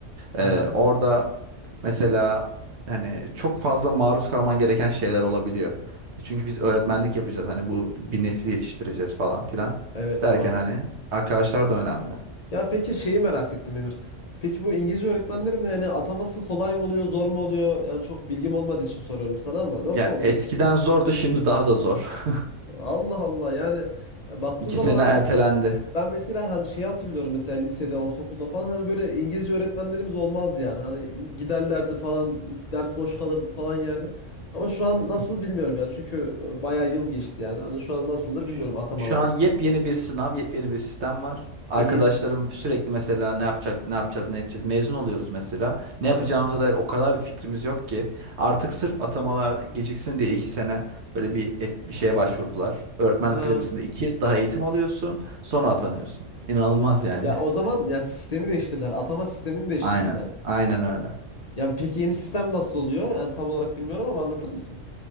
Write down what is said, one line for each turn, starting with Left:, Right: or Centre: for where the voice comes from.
Left: Haha.
Right: Ee, orada mesela hani çok fazla maruz kalman gereken şeyler olabiliyor. Çünkü biz öğretmenlik yapacağız hani bu bir nesil yetiştireceğiz falan filan
Left: Evet
Right: derken
Left: doğru.
Right: hani arkadaşlar da önemli.
Left: Ya peki şeyi merak ettim Emir. Peki bu İngilizce öğretmenlerin de yani ataması kolay mı oluyor, zor mu oluyor? Yani çok bilgim olmadığı için soruyorum sana ama nasıl
Right: Ya
Left: oluyor?
Right: eskiden zordu şimdi daha da zor.
Left: Allah Allah yani
Right: <laughs>
Left: ya baktığın
Right: İki
Left: zaman
Right: sene
Left: hani
Right: ertelendi.
Left: Ben mesela hani şey hatırlıyorum mesela lisede, ortaokulda falan hani böyle İngilizce öğretmenlerimiz olmazdı yani. Hani giderlerdi falan, ders boş kalırdı falan yani. Ama şu an
Right: Hı.
Left: nasıl bilmiyorum yani. Çünkü bayağı yıl geçti yani. Hani şu an nasıldır
Right: Şu
Left: bilmiyorum atamaları.
Right: şu an yepyeni bir sınav, yepyeni bir sistem var. Arkadaşlarım
Left: Ha, ye
Right: sürekli mesela ne yapacak, ne yapacağız, ne edeceğiz. Mezun oluyoruz mesela. Ne
Left: Aha.
Right: yapacağımıza dair o kadar bir fikrimiz yok ki. Artık sırf atamalar geciksin diye iki sene böyle bir et- bir şeye başvurdular. Öğretmen
Left: Ha.
Right: Akademisi'nde iki yıl daha eğitim alıyorsun, sonra atanıyorsun. İnanılmaz yani.
Left: Ya o zaman yani sistemi değiştirdiler. Atama sistemini
Right: <laughs>
Left: değiştirdiler.
Right: Aynen, aynen öyle.
Left: Yani peki yeni sistem nasıl oluyor? Yani tam olarak bilmiyorum ama anlatır mısın?